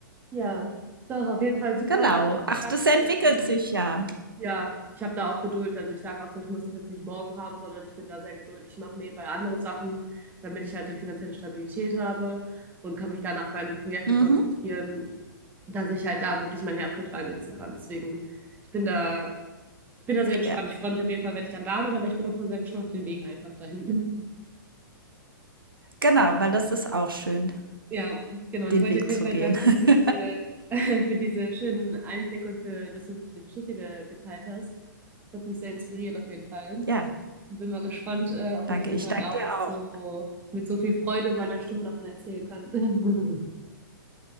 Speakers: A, on the right; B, on the right.
A: Ja, doch, auf jeden Fall super.
B: Genau. Ach,
A: Dankeschön
B: das entwickelt
A: für meine.
B: sich ja.
A: Ja, ich habe da auch Geduld. Also ich sage auch so, ich muss das jetzt nicht morgen haben, sondern ich bin da sehr geduldig. Ich mache nebenbei andere Sachen, damit ich halt die finanzielle Stabilität habe und kann mich dann auf meine Projekte
B: Mhm.
A: konzentrieren, dass ich halt da wirklich mein Herzblut reinsetzen kann. Deswegen, ich bin da, ich bin da sehr entspannt.
B: Ja,
A: Ich freue mich auf jeden Fall, wenn ich dann da bin, aber ich bin auch wohl sehr gespannt auf den Weg einfach dahin.
B: genau, weil das ist auch schön,
A: Ja, genau. Ich
B: den
A: wollte
B: Weg
A: dir auf jeden
B: zu
A: Fall
B: gehen.
A: danken für
B: <laughs>
A: diese, <laughs> für diese schönen Einblicke und für, dass du deine Geschichte ge geteilt hast. Das hat mich sehr inspiriert auf jeden Fall.
B: Ja,
A: Bin mal gespannt, äh, ob
B: danke.
A: ich irgendwann
B: Ich danke
A: auch
B: dir
A: so
B: auch.
A: mit so viel Freude in meiner Stimme davon erzählen kann. <laughs>